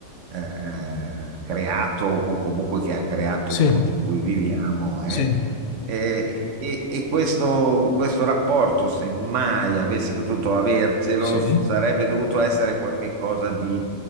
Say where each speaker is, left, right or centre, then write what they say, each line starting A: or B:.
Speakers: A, on the right; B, on the left.
A: eh, eh, creato o comunque che ha creato
B: sì,
A: il mondo in cui viviamo, eh.
B: sì,
A: Eh, e e questo, questo rapporto, se mai avessi potuto avercelo,
B: sì.
A: sarebbe dovuto essere qualcosa di